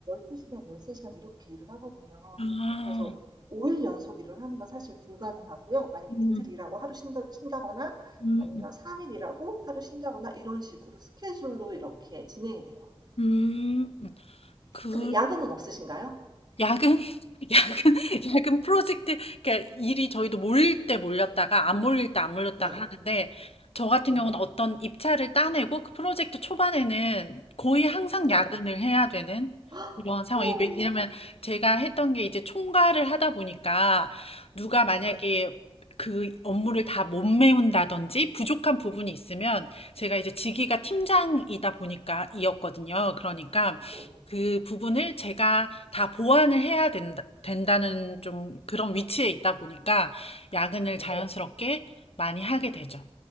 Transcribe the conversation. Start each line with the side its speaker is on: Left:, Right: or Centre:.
Right: 12 시간, 13 시간 이렇게 일을 하거든요.
Left: 아,
Right: 그래서 5일 연속 일을 하는 건 사실 불가능하고요. 만약에
Left: 음,
Right: 이틀 일하고 하루 쉰다 쉰다거나
Left: 음,
Right: 아니면 3일 일하고 하루 쉰다거나 이런 식으로 스케줄로 이렇게 진행이 돼요.
Left: 음. 그,
Right: 근데 야근은 없으신가요?
Left: 야근, <laughs> 야근, 야근 프로젝트, 그러니까 일이 저희도 몰릴 때 몰렸다가 안 몰릴 때 안 몰렸다가
Right: 네.
Left: 하는데 저 같은
Right: 네.
Left: 경우는 어떤 입찰을 따내고 그 프로젝트 초반에는 거의 항상
Right: 네.
Left: 야근을 해야 되는
Right: 헉!
Left: 그런 상황이
Right: 오,
Left: 왜- 왜냐면 제가 했던 게 이제 총괄을 하다 보니까 누가 만약에
Right: 네.
Left: 그 업무를 다 못 메운다든지 부족한 부분이 있으면 제가 이제 직위가 팀장이다 보니까 이었거든요. 그러니까
Right: 네.
Left: 그 부분을 제가 다 보완을 해야 된다, 된다는 좀 그런 위치에 있다 보니까 야근을
Right: 네.
Left: 자연스럽게 많이 하게 되죠.